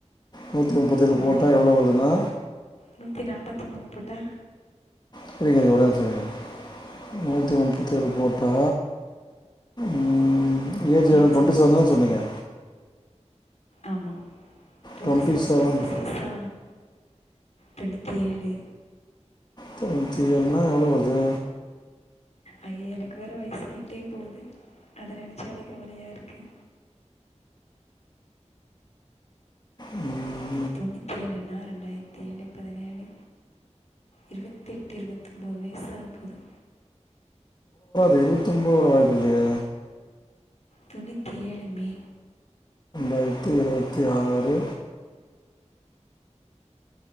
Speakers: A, on the left; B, on the left.
A: நூற்றி முப்பத்தேழு
B: அபடிங்கிறது
A: போட்டால் எவ்வளோ வருதுன்னா
B: நூதி நாபதி மூணு போடா
A: செரிங்க ஒரே நிமிஷம இருங்க நூற்றி முபதி ஏழு போடா ம் ஏஜ்
B: அப்படி
A: எவ்ளோ டுவெண்டி
B: சொல்லி
A: செவன் தா சொனீங்க
B: ஆமா டுவெண்டி
A: டுவெண்ட்டி
B: செவனா
A: செவன்
B: டுவெண்டி சிக்ஸா தொண்ணுதி ஏலு
A: தொண்ணூதி ஏலுனா எவளோ வருது
B: ஐய எனகு வேற வயசாயிடே போது அது நனசாலே கவலையா இருகு
A: உம்
B: தொண்ணூதி ஏலு நா இரண்டாயிரதி ஏலு பதினேலு இருபதி எட்டு இருபதி ஒம்பது வயசாக போது
A: இருபத்தி ஒம்பது வர வாய்பு இலயே
B: தொணூத்தி ஏலு மே
A: தொளாயிரதி இருவதி ஆறு